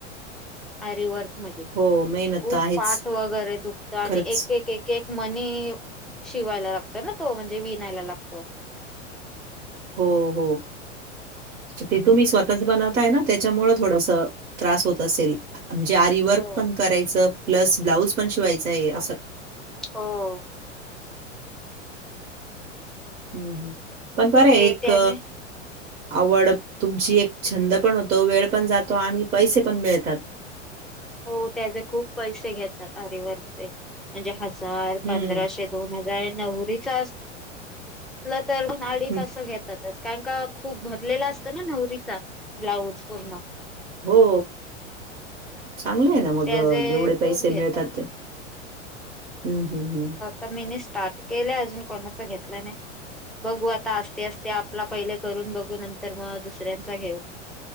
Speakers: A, in the centre; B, on the right.
A: आरीवर्क मध्ये
B: हो मेहनत
A: खूप
B: तर आहेच.
A: पाठ वगैरे दुखत आणि
B: खरंच.
A: एक एक क एक मनी शिवायला लागतो ना तो म्हणजे विनायला लागतो.
B: हो हो. ते तुम्ही स्वतःच बनवताय ना त्याच्यामुळ थोडस त्रास होत असेल. म्हणजे आरी वर्क
A: हो
B: पण करायचं प्लस ब्लाउज पण शिवायचं आहे असं.
A: हो.
B: हम् हम् पण बरं
A: ते
B: एक
A: त्याने
B: आवड तुमची एक छंद पण होतो, वेळ पण जातो, आणि पैसे पण मिळतात.
A: हो त्याचे खूप पैसे घेतात आरीवर्कचे म्हणजे हजार,
B: हं,
A: पंधराशे दोन हजार नवरीच असल तर म अडीच
B: हं.
A: अस घेत तच कारण का खूप भरलेलं असत ना नवरीचा ब्लाऊज पूर्ण.
B: हो. चांगलं आहे ना मग
A: त्याचे
B: एवढे
A: खूप
B: पैसे
A: घेतात
B: मिळतात ते. हम्म हम् हम्म.
A: तर मी स्टार्ट केलं अजून कोणाच घेतला नाही बघू आता असस्ते असते आपला पहिले करून बघू नंतर मग दुसऱ्यांचा घेऊ.